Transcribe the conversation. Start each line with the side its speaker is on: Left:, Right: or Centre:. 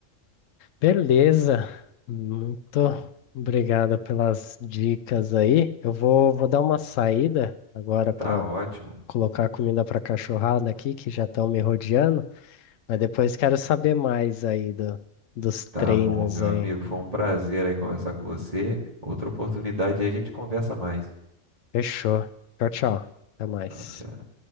Left: Beleza, muito obrigado pelas dicas aí. Eu vou, vou dar uma saída agora para
Right: Tá ótimo.
Left: colocar comida para cachorrada aqui, que já estão me rodeando, mas depois quero saber mais aí do, dos
Right: Tá
Left: treinos
Right: bom, meu
Left: aí.
Right: amigo. Foi um prazer aí conversar com você. Outra oportunidade aí a gente conversa mais.
Left: Fechou. Tchau, tchau. Até mais.
Right: Ah, Tchau.